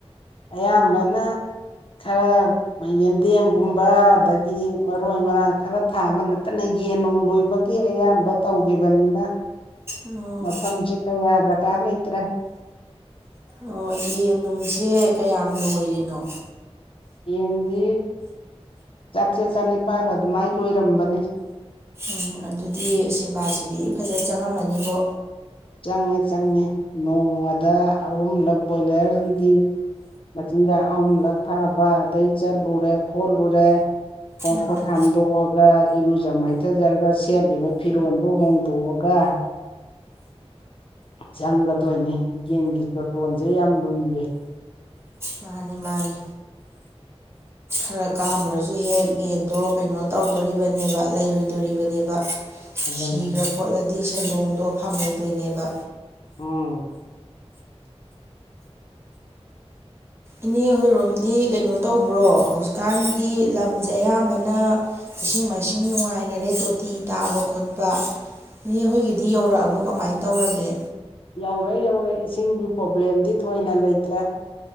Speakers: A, on the left (about 55°); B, on the right (about 25°).
A: ꯑꯌꯥꯝꯕꯅ ꯈꯔ ꯌꯦꯟꯗꯦꯝꯒꯨꯝꯕ ꯑꯗꯒꯤ ꯃꯔꯣꯏ ꯃꯔꯥꯡ ꯈꯔ ꯊꯥꯕ ꯅꯠꯇꯅ ꯌꯦꯟꯅꯨꯡ ꯂꯣꯏꯕꯒꯤ ꯑꯌꯥꯝꯕ ꯇꯧꯈꯤꯕꯅꯤꯅ
B: ꯑꯣ
A: ꯃꯐꯝꯁꯦ ꯀꯌꯥ ꯖꯒꯥ ꯂꯩꯇ꯭ꯔꯦ
B: ꯑꯣ ꯌꯦꯟ ꯅꯨꯡꯁꯦ ꯀꯌꯥꯝ ꯂꯣꯏꯔꯤꯅꯣ
A: ꯌꯦꯟꯁꯤ ꯆꯥꯇ꯭ꯔꯦꯠ ꯆꯅꯤꯄꯥꯜ ꯑꯗꯨꯃꯥꯏꯅ ꯂꯣꯏꯔꯝꯕꯅꯤ
B: ꯎꯝ ꯑꯗꯨꯗꯤ ꯁꯦꯕꯥ ꯁꯤꯦꯕꯤ ꯐꯖꯅ ꯆꯪꯉꯝꯃꯅꯤꯕꯣ
A: ꯆꯪꯉꯦ ꯆꯪꯉꯦ ꯅꯣꯡꯃꯗ ꯑꯍꯨꯝꯂꯛ ꯕꯣꯏꯂꯔꯒꯤꯗꯤ ꯃꯆꯤꯟꯖꯥꯛ ꯑꯍꯨꯝꯂꯛ ꯊꯥꯕ ꯑꯗꯩ ꯆꯠꯂꯨꯔꯦ ꯈꯣꯠꯂꯨꯔꯦ ꯈꯣꯡꯈꯣꯠ
B: ꯑꯥ
A: ꯍꯥꯝꯗꯣꯛꯑꯒ ꯏꯔꯨꯖ ꯃꯥꯏꯊꯖꯔꯒ ꯁꯦꯠꯂꯤꯕ ꯐꯤꯔꯣꯜꯗꯨ ꯍꯣꯡꯗꯣꯛꯑꯒ ꯑ ꯆꯪꯒꯗꯣꯏꯅꯤ ꯌꯦꯟꯒꯤ ꯗꯣꯇꯣꯟꯁꯦ ꯌꯥꯝ ꯂꯨꯏꯌꯦ
B: ꯃꯥꯅꯤ ꯃꯥꯅꯤ ꯈꯔ ꯀꯥꯝꯃꯨꯔꯁꯨ ꯍꯦꯛ ꯌꯦꯟꯗꯣ ꯀꯩꯅꯣ ꯇꯧꯗꯣꯔꯤꯕꯅꯦꯕ ꯂꯩꯔꯣꯏꯗꯣꯔꯤꯕꯅꯦꯕ
A: ꯑꯗꯨꯅꯤ
B: ꯁꯤꯈ꯭ꯔ ꯈꯣꯠꯂꯗꯤ ꯁꯦꯟꯗꯣꯡꯗꯣ ꯐꯪꯉꯨꯗꯣꯏꯅꯦꯕ
A: ꯎ ꯑꯣꯝ
B: ꯏꯅꯦ ꯍꯣꯏꯔꯣꯝꯗꯤ ꯀꯩꯅꯣ ꯇꯧꯕ꯭ꯔꯣ ꯍꯧꯖꯤꯛꯀꯥꯟꯗꯤ ꯂꯝꯁꯦ ꯑꯌꯥꯝꯕꯅ ꯏꯁꯤꯡ ꯃꯥꯏꯁꯤꯡ ꯅꯨꯡꯉꯥꯏꯅꯔꯦ ꯇꯣꯤ ꯐꯤ ꯇꯥꯕ ꯈꯣꯠꯄ ꯏꯍꯣꯏꯒꯤꯗꯤ ꯌꯧꯔꯛꯑꯕꯣ ꯀꯃꯥꯏꯅ ꯇꯧꯔꯒꯦ
A: ꯌꯧꯔꯦ ꯌꯧꯔꯦ ꯏꯁꯤꯡꯒꯤ ꯄ꯭ꯔꯣꯕ꯭ꯂꯦꯝꯗꯤ ꯊꯣꯏꯅ ꯂꯩꯇ꯭ꯔꯦ